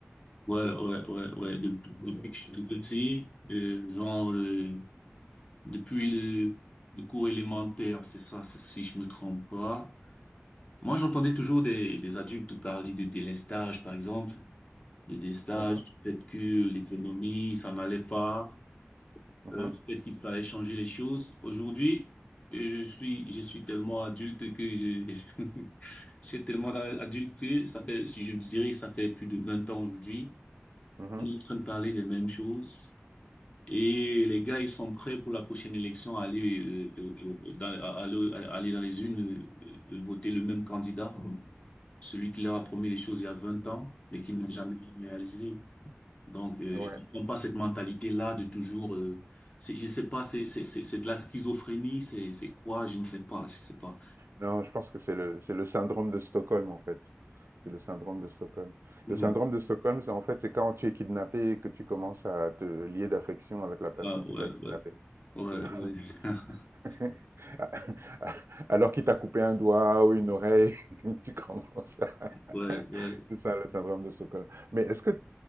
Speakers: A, on the left; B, on the right.
A: Ouais, ouais, ouais, ouais. de- depuis que je suis tout petit, euh, genre, euh, depuis le, le cours élémentaire, c'est ça, c'est- si je me trompe pas. Moi, j'entendais toujours des, des adultes parler de délestage, par exemple, de délestage,
B: Mhm,
A: du fait que l'économie, ça n'allait pas,
B: mhm,
A: euh, du fait qu'il fallait changer les choses. Aujourd'hui, euh, je suis, je suis tellement adulte que je, <laughs> je suis tellement adulte que ça fait, si je dirais que ça fait plus de vingt ans aujourd'hui
B: mhm,
A: On est en train de parler des mêmes choses. Et les gars, ils sont prêts pour la prochaine élection à aller, euh, euh, euh, dans, à- à- à- à aller dans les urnes, euh, euh, voter le même candidat, celui qui leur a promis les choses il y a 20 ans, mais qui ne l'a jamais réalisé. Donc, euh,
B: mhm.
A: je
B: Ouais.
A: comprends pas cette mentalité-là de toujours, euh, c'est, je sais pas, c'est, c'est, c'est, c'est de la schizophrénie, c'est, c'est quoi, je ne sais pas, je sais pas.
B: Non, je pense que c'est le, c'est le syndrome de Stockholm, en fait. C'est le syndrome de Stockholm.
A: Mhm.
B: Le syndrome de Stockholm, c'est en fait, c'est quand tu es kidnappé et que tu commences à te lier d'affection avec la personne
A: Ah,
B: qui
A: ouais,
B: t'a kidnappé.
A: ouais, ouais,
B: Tu vois.
A: ouais. <laughs>
B: <laughs> Alors qu'il t'a coupé un doigt ou une oreille, <laughs> tu commences à... <laughs>
A: Ouais, ouais.
B: C'est ça, le syndrome de Stockholm. Mais est-ce que...